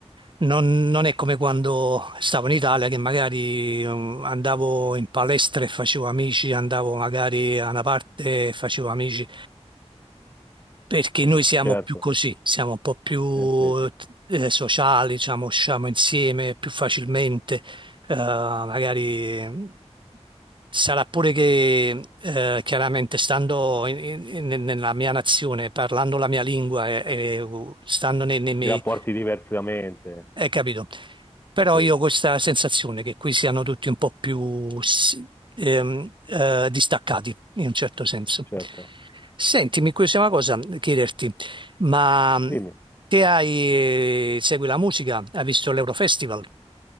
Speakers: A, on the right; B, on the left.
A: non- non è come quando stavo in Italia che magari mh, andavo in palestra e facevo amici, andavo magari a una parte e facevo amici perché noi siamo
B: certo,
A: più così, siamo un po' più
B: Eh, sì.
A: eh, eh, sociali, diciamo, usciamo insieme più facilmente, eh, magari sarà pure che eh, chiaramente stando in- in- in- nella mia nazione, parlando la mia lingua e, e, uh, stando nei, nei miei
B: I rapporti diversamente,
A: eh, capito. Però
B: sì,
A: io ho questa sensazione che qui siano tutti un po' più s- ehm, eh, distaccati, in un certo senso.
B: certo.
A: Senti, mi incuriosiva una cosa eh, chiederti, ma mh,
B: Dimmi.
A: te hai, eh, segui la musica? Hai visto l'Eurofestival?